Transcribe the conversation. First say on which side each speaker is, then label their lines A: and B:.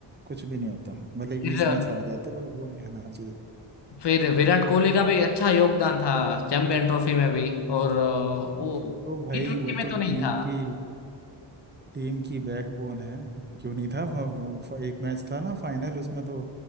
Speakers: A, on the right (about 20°); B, on the left (about 65°).
A: कुछ भी नहीं होता भले ही
B: फिर
A: बीस मैच हार जाते पर वो नहीं हारना चाहिए
B: फिर विराट कोहली का भी अच्छा योगदान था चैंपियन ट्रॉफी में भी और अ, वो
A: अब वो तो भाई
B: टी ट्वेंटी
A: वो
B: में
A: तो
B: तो
A: टीम
B: नहीं था
A: की टीम की बैकबोन है क्यों नहीं था वो- वो- वो एक मैच था ना फाइनल उसमें तो